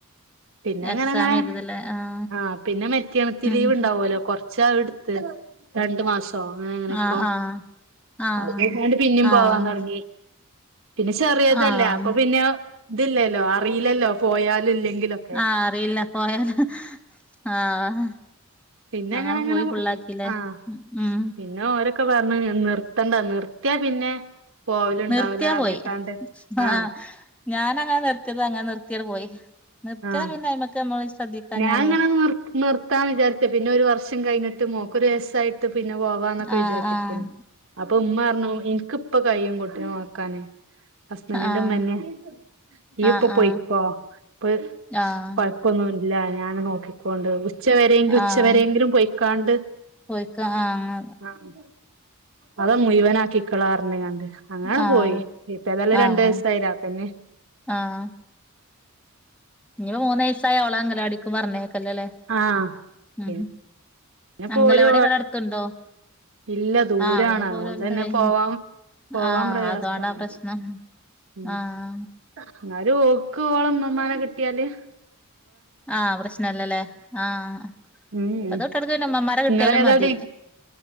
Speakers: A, on the right (about 65°); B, in the centre.
A: പിന്നെ അങ്ങനെ
B: എക്സാം
A: അങ്ങനെ
B: എഴുതിയതല്ലേ ആഹ്
A: ആഹ് പിന്നെ മെറ്റയാണത്തി
B: ഉം
A: ലീവ് ഉണ്ടാവല്ലോ കൊറച്ച് അത് എടുത്ത് രണ്ടു മാസം അങ്ങനെ അങ്ങനെയക്കോ
B: ആഹ് ആഹ് ആഹ്
A: അതുകഴിഞ്ഞങ്ങാട് പിന്നിം
B: ആഹ്
A: പോവാൻ തുടങ്ങി പിന്നെ ചെറിയതല്ലേ
B: ആഹ്
A: അപ്പൊ പിന്നെ ഇതില്ലല്ലോ അറിയില്ലല്ലോ പോയാലും ഇല്ലെങ്കിലും
B: ആഹ് അറിയില്ല പോയാല് ആഹ്
A: പിന്നെ
B: ഞങ്ങള്
A: അങ്ങനങ്ങനെ
B: പോയി ഫുള്ളാക്കില്ലേ
A: ആഹ്
B: ഉം
A: പിന്നെ ഓരക്കെ ക്കെ പറഞ്ഞ നിർത്തണ്ട നിർത്തിയ പിന്നെ പോവലുണ്ടാവൂല
B: നിർത്തിയ
A: പറഞ്ഞ്ക്കാണ്ട്
B: പോയി ആ
A: ആഹ്
B: ഞാനങ്ങെ നിർത്തിയത് അങ്ങെ നിർത്തിയട് പോയി നിർത്തയ
A: ആഹ്
B: പിന്നെ അയ്മക്ക് അമ്മൾ ശ്രദ്ധിക്കാഞ്ഞാല്
A: ഞാൻ ഇങ്ങനെ നിർ നിർത്താൻ വിചാരിച്ച പിന്നെ ഒരു വർഷം കഴിഞ്ഞിട്ട് മോക്കൊരു വയസായിട്ട് ട്ട് പിന്നെ പോവാന്നൊക്കെ
B: ആഹ്
A: വിചാരിച്ചിരക്കയ്ന്
B: ആഹ്
A: അപ്പൊ ഉമ്മ പറഞ്ഞു ന്ക്ക് ഇപ്പൊ കയ്യും കുട്ടിനെ നോക്കാന്ന് ഹസ്ബൻറിന്റെമ്മന്നെ
B: ആഹ് ആഹ്
A: ഇയ്
B: ആഹ്
A: ഇപ്പൊ
B: ആഹ്
A: പോയ്ക്കോ ഇപ്പ
B: ആഹ്
A: കൊഴപ്പൊന്നുല്ല ഞാൻ നോക്കിക്കോണ്ട് ഉച്ചവരങ്കും ഉച്ചവരെങ്കിലും
B: ആഹ്
A: പോയി കാണ്ട്
B: പോയിക്ക ആഹ്
A: ആഹ് അത് മുഴവനാക്കികാള പറഞ്ഞ് കാണ്ട് അങ്ങനെങ്ങ്
B: ആഹ്
A: പോയി ഇപ്പേതല്ലാം രണ്ടു
B: ആഹ്
A: വയസ്സായില്ലെ അപിന്നെ
B: ആഹ് ഇഞ്ഞി മൂന്ന് വയസായോള അങ്കല വാടിക്കും പറഞ്ഞേക്കല്ലല്ലേ
A: ആഹ്
B: ഉം
A: പിന്നെ ഇപ്പോ
B: അങ്കലവാടി
A: ഓര്
B: ഒക്കെ അവിവടെ അടുത്ത്ണ്ടോ?
A: ഇല്ല ദൂരാണ്
B: ആഹ് പിന്നെപ്പോല്
A: അതുകൊണ്ട്
B: വലുതായി
A: തന്നെ പോവാൻ പോവാൻ
B: ആഹ്
A: പ്രയാസാണ്
B: അതുകണ്ടാ പ്രശ്നം
A: ഉം
B: ആഹ്
A: എന്നാലും ഓക്ക് ഓളെ മ്മുമാനെ കിട്ടിയല്
B: ആഹ് പ്രശ്നല്ലല്ലേ ആഹ്
A: ഉം
B: അപ്പതെ
A: ഉം
B: കുട്ട്യാ ക്ക് ഇമ്മമാരെ കിട്ടിയാലും
A: ഇങ്ങളേതാ
B: മതി
A: ഡി